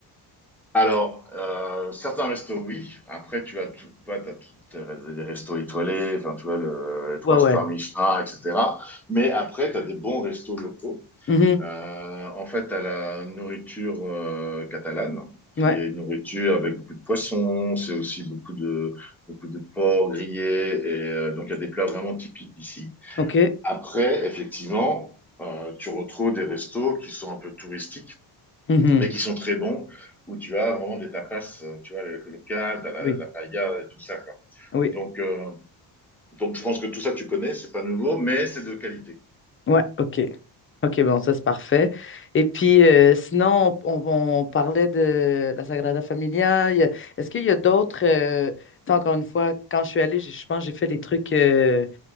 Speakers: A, in the centre; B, on the left.
A: Alors, euh, certains restos, oui. Après, tu as, tu vois, t'as tout- t'as des restos étoilés, enfin, tu vois, le, les trois
B: Ouais, ouais.
A: stars Michelin, etc. Mais après, t'as des bons restos locaux.
B: Mhm.
A: Euh, en fait, à la nourriture euh, catalane, qui
B: Ouais.
A: est une nourriture avec beaucoup de poissons, c'est aussi beaucoup de beaucoup de porc grillé, et euh, donc il y a des plats vraiment typiques d'ici.
B: OK.
A: Après, effectivement, euh, tu retrouves des restos qui sont un peu touristiques,
B: Mhm.
A: mais qui sont très bons, où tu as vraiment des tapas, euh, tu vois, le, le local, t'as la,
B: Oui,
A: la paella et tout ça, quoi.
B: oui,
A: Donc, euh, donc je pense que tout ça, tu connais, c'est pas nouveau, mais c'est de qualité.
B: ouais, ok. Ok, bon, ça c'est parfait. Et puis, euh, sinon, on, on- on parlait de la Sagrada Familia. Il y a- Est-ce qu'il y a d'autres... euh, tu sais, encore une fois, quand je suis allée, j'ai- je pense que j'ai fait les trucs euh,